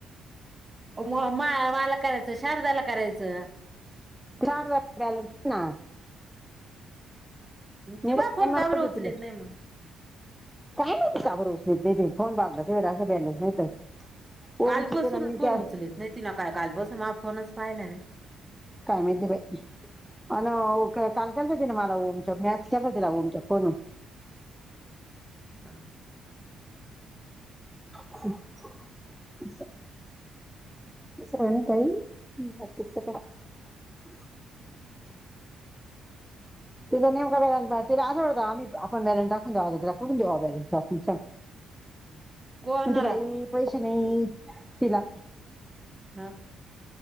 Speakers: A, on the right (about 20°); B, in the centre.
A: म मा मला करायचं शारदाला करायचं
B: च ना मीणारज
A: ती बा फोन का बरं
B: येतील
A: उचलीत नाही मग
B: काय काब रज येतील फोन पागता बॅलेस नाही तर
A: कालपासून
B: ओमचे ते ना मी
A: फोन
B: त्या
A: उचलत नाही ति ना काय कालपासून ह फोनच पाहिला नाही
B: काय माहिती बा अ काल केलं तिला मला मच मॅच केला तिला ओमच्या कोण <inaudible>
A: हा.
B: च <unintelligible> दुसराण काहीकी का <unintelligible> तिचा नेमका बॅलन्स नाय, तिला असं वाटतं आपण बॅलन्स टाकून द्यावा, तिला कुठून द्यावा बॅलन्स टाकून.
A: कोणाला
B: म्हणते बाई, पैसे नाही तिला.
A: हा.